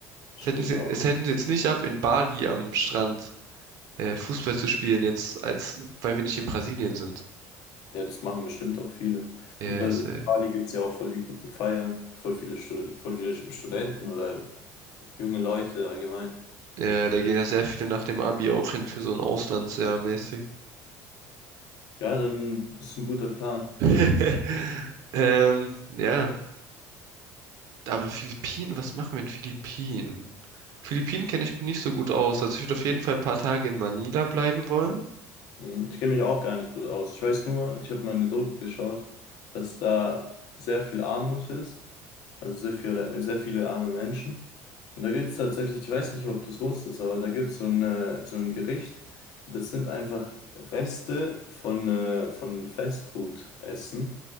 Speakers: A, on the left (about 70°); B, on the right (about 60°).
A: Stimmt
B: Es hätten sie,
A: auch.
B: es hätten sie jetzt nicht ab, in Bali am Strand äh, Fußball zu spielen, jetzt als, weil wir nicht in Brasilien sind.
A: Ja, das machen bestimmt auch viele.
B: Ja,
A: In Bras-
B: ja, safe.
A: in Bali gibt es ja auch voll die guten Feiern, voll viele, Stud voll viele Sch- Studenten oder junge Leute allgemein.
B: Ja, da gehen ja sehr viele nach dem Abi auch hin für so ein Auslandsjahr mäßig.
A: Ja, dann ist ein guter Plan.
B: <laughs> Ähm, ja. Aber Philippinen, was machen wir in Philippinen? Philippinen kenne ich mich nicht so gut aus. Also ich würde auf jeden Fall ein paar Tage in Manila bleiben wollen.
A: Hm, Ich kenne mich auch gar nicht gut aus. Ich weiß nur, ich habe mal eine Doku geschaut, dass da sehr viel Armut ist, also sehr viele, sehr viele arme Menschen. Und da gibt es tatsächlich, ich weiß nicht, ob du es wusstest, aber da gibt es so eine, so ein Gericht, das sind einfach Reste von, äh, von Fastfood-Essen.